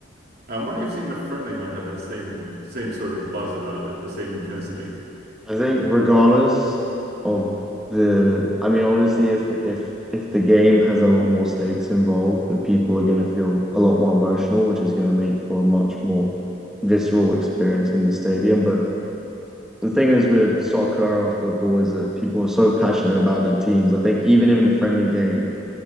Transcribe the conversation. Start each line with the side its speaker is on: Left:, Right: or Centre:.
Right: I'm wondering if seeing the friendly might have that same same sort of buzz about it, the same intensity.
Centre: I think regardless of the I mean obviously if if if the game has a lot more stakes involved, the people are going to feel a lot more emotional, which is going to make for a much more visceral experience in the stadium. But the thing is with soccer or football is that people are so passionate about their teams. I think even in a friendly game,